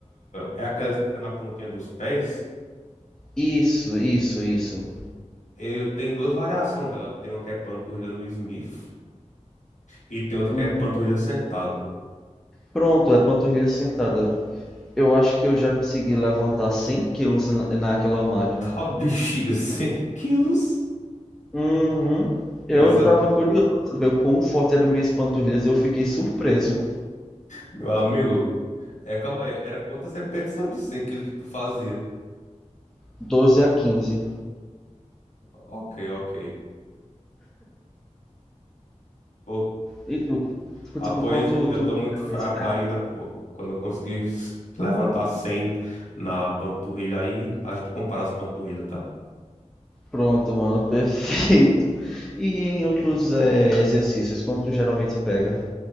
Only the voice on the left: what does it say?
É é aquela que você fica na pontinha dos pés.
Eu tenho duas variações dela. Tem uma que é panturrilha no Smith E tem outra
que é panturrilha sentado. <laughs>
Tá bexiga, 100 quilos?
Essa,
meu amigo, é, calma aí, era quantas repetições de 100 quilos que tu fazia?
Ok, ok. Pô,
após,
eu
tô muito
fraca ainda, pô. Quando eu conseguir s- levantar 100 na panturrilha aí, a gente compara as panturrilhas, tá?